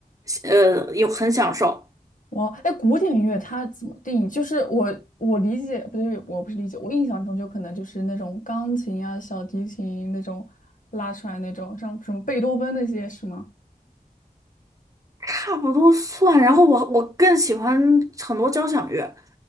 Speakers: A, on the right (about 20°); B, on the left (about 55°).
A: 呃，有很享受，
B: 我哎，古典乐它怎么定义？就是我我理解，不对，我不是理解，我印象中就可能就是那种钢琴啊、小提琴那种拉出来那种，像什么贝多芬那些是吗？
A: 差不多算。然后我我更喜欢很多交响乐。